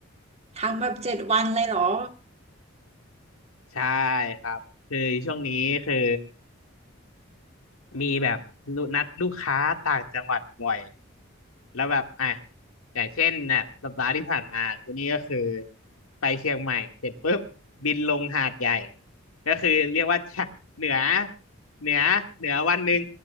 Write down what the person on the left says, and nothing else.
ใช่ครับคือช่วงนี้คือ มีแบบนัดลูกค้าต่างจังหวัดบ่อยแล้วแบบอ่ะอย่างเช่นน่ะสัปดาห์ที่ผ่านมาคนนี้ก็คือไปเชียงใหม่เสร็จปุ๊บบินลงหาดใหญ่ก็คือเรียกว่าจะเหนือเหนือเหนือวันหนึ่ง